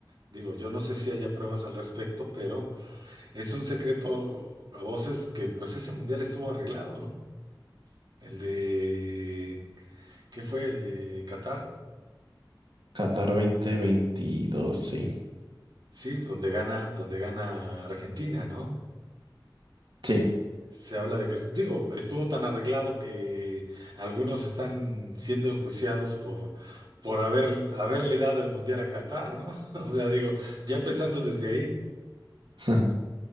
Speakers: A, on the right; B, on the right.
A: digo, yo no sé si haya pruebas al respecto, pero es un secreto a voces que pues ese mundial estuvo arreglado, ¿no? El de, ¿qué fue? El de Qatar,
B: Qatar 2022, sí.
A: sí, donde gana, donde gana Argentina, ¿no?
B: Sí.
A: Se habla de que, est- digo, estuvo tan arreglado que algunos están siendo enjuiciados por, por haber, haberle dado el mundial a Qatar, ¿no? <laughs> O sea, digo, ya empezando desde ahí,
B: <laughs>